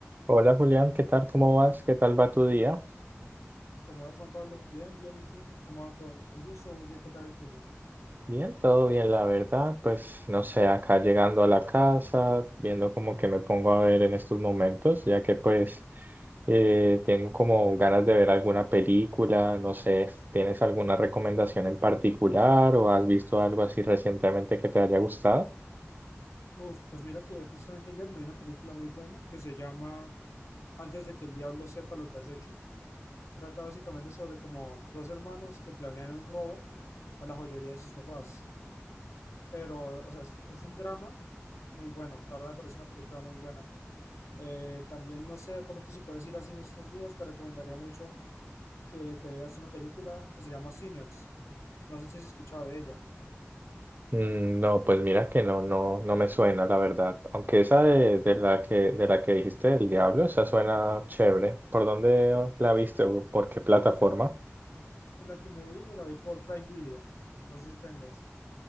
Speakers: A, on the right (about 40°); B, on the left (about 70°).
A: Hola Julián, ¿qué tal? ¿Cómo vas? ¿Qué tal va tu día?
B: ¿Cómo vas, Juan Pablo? Bien, bien, ¿y tú? ¿Cómo va todo? El día estuvo muy bien, ¿qué tal el tuyo?
A: Bien, todo bien, la verdad. Pues no sé, acá llegando a la casa, viendo como que me pongo a ver en estos momentos, ya que pues eh, tengo como ganas de ver alguna película, no sé, ¿tienes alguna recomendación en particular o has visto algo así recientemente que te haya gustado?
B: Uf, pues mira que justamente ayer me vi una película muy buena que se llama Antes de que el diablo sepa lo que has hecho. Trata básicamente sobre como dos hermanos que planean un robo a la joyería de sus papás. Pero, o sea, es, es un drama muy bueno, la verdad me parece una película muy buena. Eh, también, no sé, de pronto si puedes ir así en estos días, te recomendaría mucho que te veas una película que se llama Sinners. No sé si has escuchado de ella.
A: Mm, No, pues mira que no, no, no me suena, la verdad. Aunque esa de, de la que, de la que dijiste, El Diablo, esa suena chévere. ¿Por dónde oh, la viste o por qué plataforma?
B: La que me vi, me la vi por Prime Video. No sé si tengas.